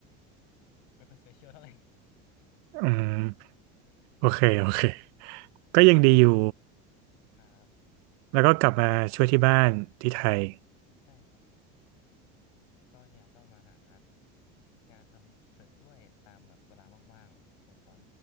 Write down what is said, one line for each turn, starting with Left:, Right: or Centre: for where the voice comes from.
Left: ไม่ค่อย special เปเชียลเท่าไหร่
Right: อืมโอเค โอเค ก็ยังดีอยู่
Left: <laughs> ครับ
Right: แล้วก็กลับมาช่วยที่บ้านที่ไทย
Left: ใช่ครับ ก็เนี่ยก็มาหางานทำเสริมด้วยตามแบบเวลาว่างๆส่วนตอน